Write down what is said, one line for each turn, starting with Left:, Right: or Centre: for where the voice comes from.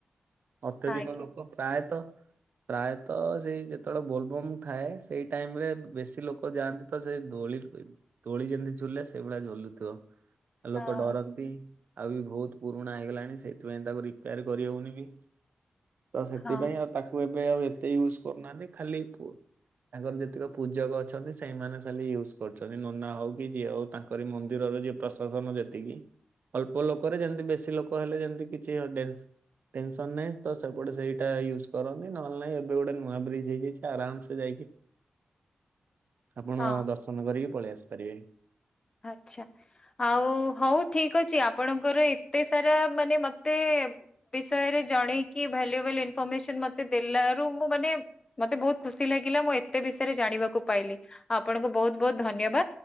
Right: ଅତ୍ୟଧିକ
Left: ଆଜ୍ଞା
Right: ଲୋକ ପ୍ରାୟତଃ ପ୍ରାୟତଃ, ସେଇ ଯେତେବେଳେ ବୋଲବମ୍ ଥାଏ। ସେଇ ଟାଇମ୍ ରେ ବେଶୀ ଲୋକ ଲୋକ ଯାଆନ୍ତି ତ, ସେ ଦୋଳି ଦୋଳି ଯେମିତି ଝୁଲେ ସେଇ ଭଳିଆ ଝୁଲୁଥିବ। ଆଉ
Left: ହଁ
Right: ଲୋକ ଡରନ୍। ନ୍ତି। ଆଉ, ବି ବହୁତ ପୁରୁଣା ହେଇଗଲାଣି। ସେଥିପାଇଁ ତାକୁ ରିପେୟାର କରିହଉନି ବି। ତ ସେଥିପାଇଁ
Left: ହଁ
Right: ଆଉ, ତାକୁ ଏବେ ଆଉ ଏତେ ୟୁଜ କରୁନାହାନ୍ତି। ଖାଲି ପୁ ତାଙ୍କର ଯେତିକ ପୂଜକ ଅଛନ୍ତି ସେଇମାନେ ଖାଲି ୟୁଜ୍ କରୁଛନ୍ତି। ନନା ହଉ କି ଯିଏ ହଉ ତାଙ୍କ କରି ମନ୍ଦିରର ଯିଏ ପ୍ରଶ ଶାସନ ଯେତିକି, ଅଳ୍ପ ଲୋକରେ ଯେମିତି ବେଶୀ ଲୋକ ହେଲେ ଯେମତି, କିଛି ଡେନ୍ସ ଟେନ୍ ସନ ନାହିଁ ତ, ସେପଟେ ସେଇଟା ୟୁଜ କରନ୍ତି। ନହେଲେ ନାହିଁ, ଏବେ ଗୋଟେ ନୂଆ ବ୍ରିଜ୍ ହେଇଯାଇଛି ଆରାମ ସେ ଯାଇକି
Left: <inaudible>
Right: ଆପଣ,
Left: ହଁ
Right: ଦର୍ଶନ କରିକି ପଳେଇ ଆସି ପାରିବେ।
Left: ଆଛା। ଆଉ, ହଉ ଠିକ୍ ଅଛି। ଆପଣଙ୍କର ଏତେ ସାରା ମାନେ ମତେ-ଏ ବିଷୟରେ ଜଣେଇକି, ଭ୍ୟାଲୁଏବୁଲ୍ ଇନ୍ଫରମେସନ୍ ମତେ ଦେଲାରୁ, ମୁଁ ମାନେ ମତେ ବହୁତ ଖୁସି ଲାଗିଲା। ମୁଁ ଏତେ ବିଷୟରେ ଜାଣିବାକୁ ପାଇଲି? ଆପଣଙ୍କୁ ବହୁତ୍ ବହୁତ୍ ଧନ୍ୟବାଦ।